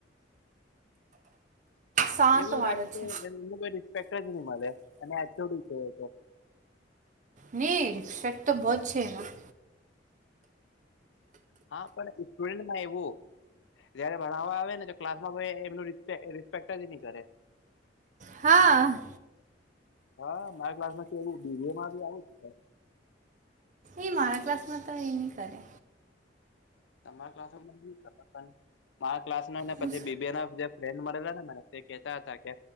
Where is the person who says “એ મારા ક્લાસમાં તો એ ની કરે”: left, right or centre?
Right